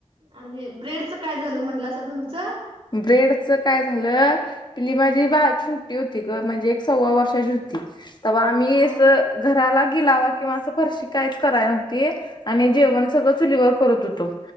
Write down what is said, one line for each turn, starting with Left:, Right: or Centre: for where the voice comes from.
Right: आणि ब्रेडचं काय झालं म्हटलंसा तुमचं
Left: ब्रेडच काय झालं पिली माझी बाळ छोटी होती म्हणजे एक सव्वा वर्षाची होती तेव्हा आम्ही
Right: हा
Left: अस घराला गिलावा किंवा असं फरशी काहीच कराय नव्हती आणि जेवण सगळं चुलीवर करत होतो